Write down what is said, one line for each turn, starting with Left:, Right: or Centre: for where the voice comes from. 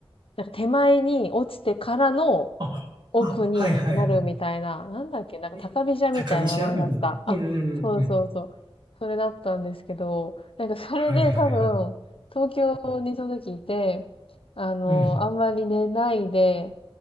Left: なんか手前に落ちてからの
Right: あ、
Left: 奥になるみたいな、
Right: あ、はいはいは
Left: なんだっけ、なんか高飛車みたいな名前だった。
Right: い。え、高飛車みたいな。
Left: あ、
Right: うんうんうんうん。
Left: そうそうそう。それだったんですけど、なんかそれで多分、
Right: はいはいはい。
Left: 東京にその時いて、あの、
Right: うん。はい
Left: あんまり寝ないで、